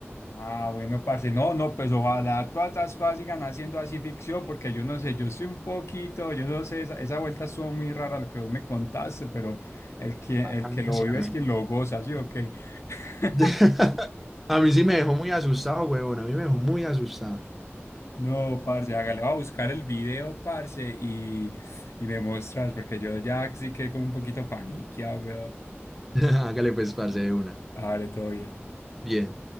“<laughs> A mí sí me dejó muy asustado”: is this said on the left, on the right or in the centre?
Centre